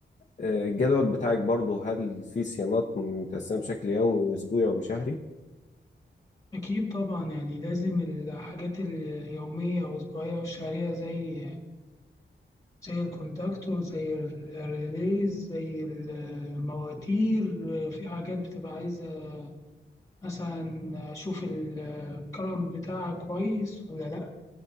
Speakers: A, on the left; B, on the left.
A: آه، الجدول بتاعك برضو هل في صيانات متقسمة بشكل يومي وأسبوعي وشهري؟
B: أكيد طبعا يعني لازم الحاجات اليومية والأسبوعية والشهرية زي زي الكوندكتور زي الريليز زي المواتير في حاجات بتبقى عايزة مثلا أشوف الكرم بتاعها كويس ولا لأ